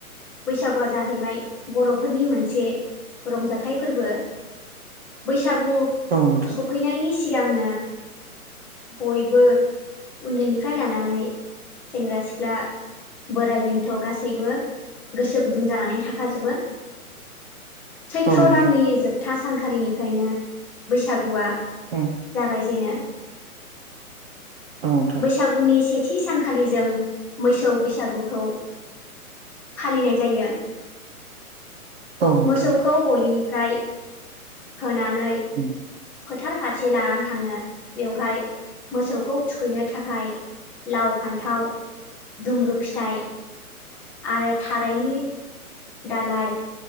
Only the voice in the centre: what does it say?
बैसागुआ जाहैबाय बर'फोरनि मोनसे रंजाथाइ फोरबो बैसागु
फैनायनि सिगांनो बयबो उन्दैनिफ्राय लानानै सेंग्रा सिख्ला बोराइ बेन्थ' गासैबो गोसो गुदुं जानानै थाखाजोबो सैथ्र'
दाननि जोबथा सानखालिनिफ्रायनो बैसागुआ
जागाय जेनो
बैसागुनि सेथि सानखालि जों मोसौ बैसागुखौ फालिनाय जायो
मोसौखौ खौ गलिनिफ्राय होनानै
फोथार फथि लानानै थाङो बेवहाय मोसौखौ थुखैनो थाखाय लाव फान्थाव दुमब्रु फिथाइ आरो थारायनि दालाय